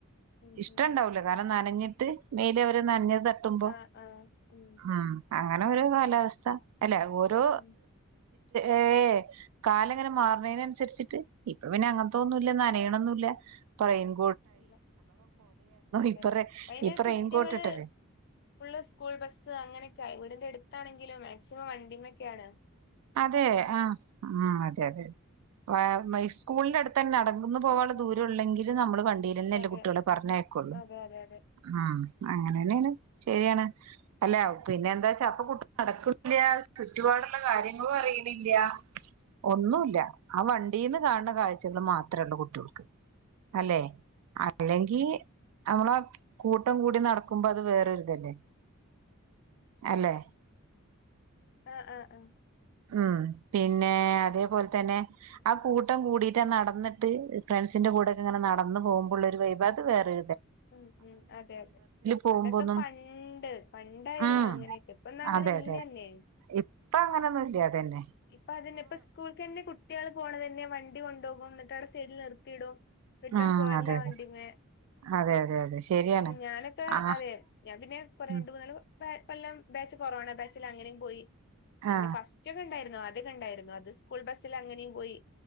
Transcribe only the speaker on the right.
ഇഷ്ടുണ്ടാവൂല
കാരണം നനഞ്ഞി- മേല് അവര് നനഞ്ഞ-
<unintelligible> അങ്ങനെ ഒരു കാലാവസ്ഥ അല്ലെ ഓരോ
ഏഹ്. കാലങ്ങനെ മാറണേനന്സരിച്ചിട്ട് ഇപ്പൊ പിന്നെ അങ്ങനത്തതൊന്നുല്ല. നനയണൊന്നുല്ല. ടൈമ്
ഇപ്പൊ റെയി
ഇപ്പൊ
റെയിൻകോട്ട് ഇട്ടല്ലേ
അതേ ആ ആ അതെയതെ വാ മൈ സ്കൂൾന്റട്ത്തന്നെ നടന്ന് പോവാൻള്ള ദൂരാെള്ളെങ്കിലും നമ്മള് വൺ വർന്നെല്ല
കുട്ട്യോളെ പറഞ്ഞയക്കാെള്ളു
ആ അങ്ങനെന്നേണ് ശെരിയാണ് അല്ല പിന്നെന്താച്ചാ അപ്പൊ കുട്ട് നടക്കുംയാ ചുറ്റുപാട്ള്ള കാര്യ ങ്ങളും അറീണില്ല ഒന്നൂല്ല ആ വണ്ടീന്ന് കാൺണ കാഴ്ചകള് മാത്രേള്ളു കുട്ട്യോൾക്ക് അല്ലേ അല്ലെങ്കീ അമ്മളെ കൂട്ടം കൂടി നടക്കുമ്പോ അത് വേറൊര്തലേ അല്ലെ?
ഉം പിന്നേ അതേപോൽ തന്നെ ആ കൂട്ടം കൂടീട്ടാ നടന്ന്ട്ട് ഫ്രണ്ട്സിന്റെ കൂടെക്കെങ്ങനെ നടന്ന് പോവ്മ്പൊള്ളൊരു വൈബ് അത് വേറെ
പോകുമ്പോന്നും
ഉം
അതെ അതെ
ഇപ്പൊ അങ്ങനൊന്നും ഇല്ല അതന്നെ
ഉം
അതെ അതെ
അതെ അതെ അതെ ശരിയാണ്
ആ
ഉം
ആ